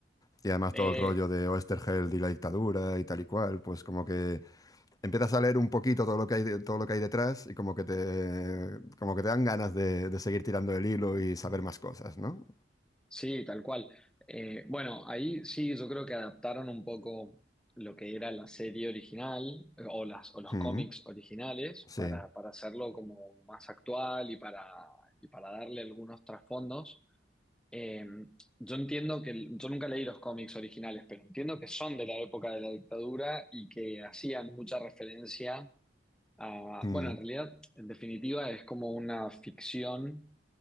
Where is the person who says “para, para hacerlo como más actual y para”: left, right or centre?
Centre